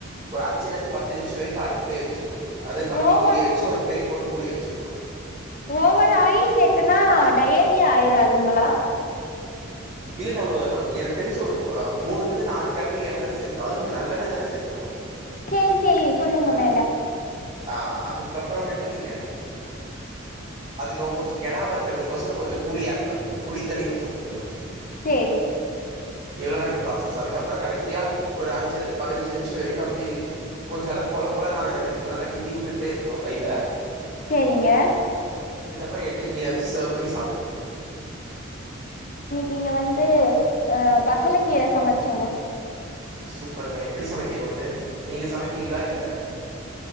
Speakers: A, on the right (about 30°); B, on the left (about 40°).
A: ஐஞ்லெருந்து பத்து நிமிச வரைக்கு அடுப்புலயே வச்சிருக்கனு அது கம்மி
B: ஓவர்
A: தீலயே வச்சு ஒரு பிளே போட்டு முடி வச்சுக்கணு
B: ஓவொரு ஆயில் சேத்தன்னா டயேரியா ஆயிறாதுங்களா
A: இல்ல நம்ம எனக்கு தெரிஞ்சு ஒரு போ மூணுல இருந்து நாலு கரண்டி என்ன தான சேத்தறோ அது நம்ம நல்லெண்ண தானே சேத்தறோ
B: சரி சரி சொல்லுங்க மேல
A: ஆ அதுக்கப்புறம்மேட்டு நீங்க அதுக்கு ரம் கொஞ்ச கெடாம இருக்கிறதுக்கோசர கொஞ்ச புளி ஆட் பண்ணிக்கோ புளி தண்ணி கொஞ்ச ஊத்திக்கணு
B: சரி
A: இவ்வளோதாங்க ப்ராசஸ் அதுக்கப்புற கடைசியா ஒரு அஞ்சுலந்து பதினஞ்சு நிமிஷ வரைக்க அப்படி கொஞ்சம் நல்லா கொலகொலனு ஆகுற வரைக்கு நல்லா கிண்டி விட்டுக்கிட்டே இருக்கணு கையில
B: சரிங்க
A: அப்புற எடுதுக் கீழ வச்சு சர்வ் பண்ணி சாப்ட்டுகலா
B: நீங்க வந்து அ பசல கீர சமைச்சங்க
A: சூப்பருங்க எப்டி சமைக்கணு அது நீங்க சமைப்பீங்ளா இல்ல